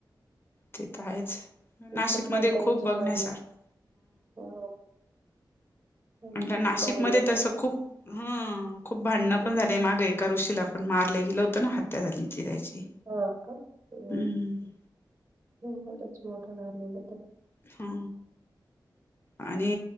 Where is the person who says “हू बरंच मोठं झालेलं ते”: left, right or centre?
Right